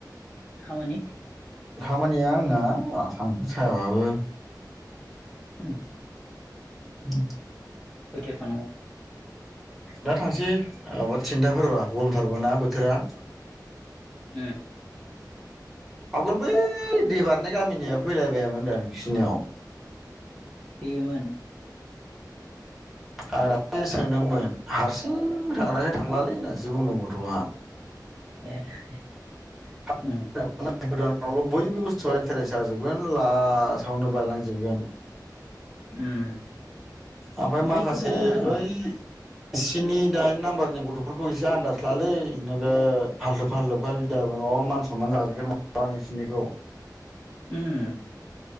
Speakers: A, on the left; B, in the centre.
A: खामानि।
B: खामानिया आंना आसाम सायाबाबो।
A: ओम।
B: उम।
A: खयथायाव थानांगौ।
B: दा थांसै माबा थिनथाफोरबा गरमथारबो ना बोथोरा।
A: <inaudible>
B: आगोल बै दै बारनाय गामिनिया फैलायबायामोन दा नोंसिनियाव।
A: फैयोमोन।
B: आं दाखालि सोंदोंमोन हारसिं थांग्राखो थांलालै होनना सो बुंदों गथ'आ। <unintelligible>
A: ए।
B: <inaudible>
A: उम
B: आनावल' बयबो बुस्थुआ इन्टारेस्ट जाजोबगोन लासावनो बायलांजोबगोन!
A: उम
B: ओमफ्राय माखासे
A: बै गथ'खौ होनदों
B: ओइ। स्नि दाइन नाम्बारनि गथ'फोरखौ एसे आनन्दाज लालै नोगोद फालथु फाललु। उफाय बिदाबो न' मान सनमान जाजोबगोन माबा नोंसोरनिखौ।
A: ओम।